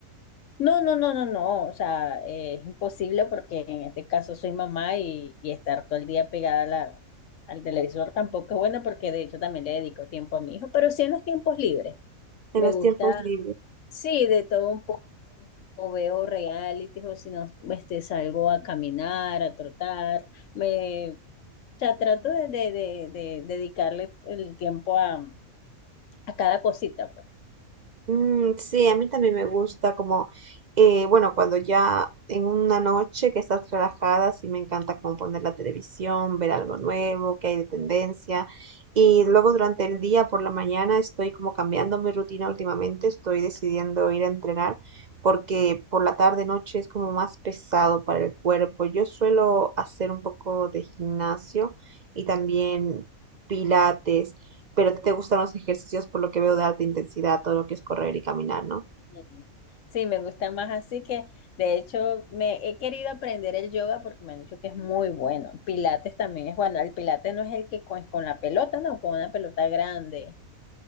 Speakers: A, on the left; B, on the right.
A: No, no, no, no, no, o sea, eh, es imposible porque en este caso soy mamá y, y estar todo el día pegada a la, al televisor tampoco es bueno porque de hecho también le dedico tiempo a mi hijo, pero sí en los tiempos libres.
B: En
A: Me
B: los
A: gusta
B: tiempos libres.
A: Sí, de todo un poco, o veo reality, o si no, este, salgo a caminar, a trotar, me, o sea, trato de, de- de- de dedicarle el tiempo a, a cada cosita, pues.
B: Mm, sí, a mí también me gusta como, eh, bueno, cuando ya en una noche que estás relajada, sí me encanta como poner la televisión, ver algo nuevo, que hay de tendencia. Y luego durante el día, por la mañana, estoy como cambiando mi rutina últimamente, estoy decidiendo ir a entrenar porque por la tarde, noche es como más pesado para el cuerpo. Yo suelo hacer un poco de gimnasio y también pilates. Pero a te gustan los ejercicios, por lo que veo, de alta intensidad, todo lo que es correr y caminar, ¿no?
A: Sí, Sí, me gusta más así que, de hecho, me he querido aprender el yoga porque me han dicho que es muy bueno. Pilates también es bueno, el pilates no es el que con, con la pelota, no, con una pelota grande.